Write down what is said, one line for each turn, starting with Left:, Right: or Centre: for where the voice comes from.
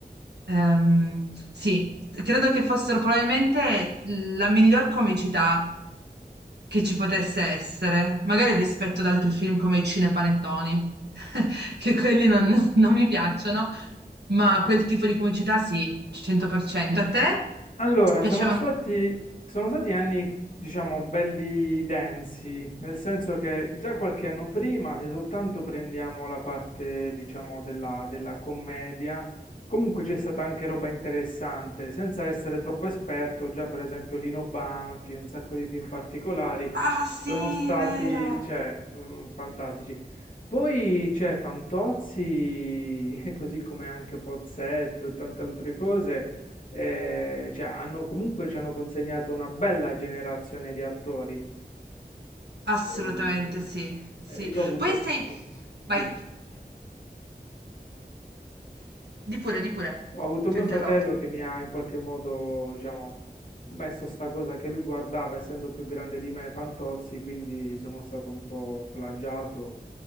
Right: Ehm, sì, credo che fossero probabilmente la miglior comicità che ci potesse essere, magari rispetto ad altri film come i cinepanettoni, <laughs> che quelli non, non mi piacciono, ma quel tipo di comicità sì, 100%. A te
Left: Allora,
Right: piacevano?
Left: sono stati, sono stati anni, diciamo, belli densi, nel senso che già qualche anno prima, se soltanto prendiamo la parte, diciamo, della, della commedia, comunque c'è stata anche roba interessante, senza essere troppo esperto, già per esempio Lino Banfi, un sacco di film particolari,
Right: Ah sì,
Left: sono stati,
Right: vero,
Left: cioè, mm, fantastici. Poi c'è Fantozzi, <laughs> così come anche Pozzetto e tante altre cose eh, cioè, hanno, comunque ci hanno consegnato una bella generazione di attori.
Right: assolutamente
Left: Ehm,
Right: sì, sì.
Left: eh, io ho avuto,
Right: Poi sei...
Left: eh,
Right: Vai,
Left: sì,
Right: <laughs> di pure, di pure,
Left: ho avuto mio
Right: ti ho interrotto.
Left: fratello che mi ha in qualche modo, diciamo, messo sta cosa che lui guardava, essendo più grande di me, Fantozzi, quindi sono stato un po' plagiato